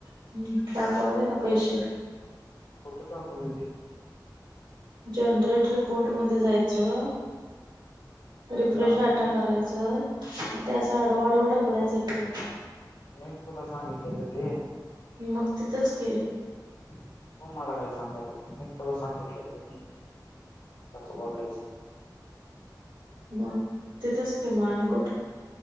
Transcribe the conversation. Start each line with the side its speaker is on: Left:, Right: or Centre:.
Right: <inaudible> दाखवले का पैसे?
Left: कुठ दाखवली ती?
Right: जनरेट रिपोर्टमध्ये जायचं रिफ्रेश
Left: तिथं दाखवतेच
Right: डाटा करायचं ते असं आडवा आडव ढकलायचं इकडे
Left: मी तुला सांगितलेय का ते
Right: मग तिथच के
Left: तू मला काही सांगायला मी तुला सांगितलय कसं वागायचं
Right: म तिथंच किमान कुठं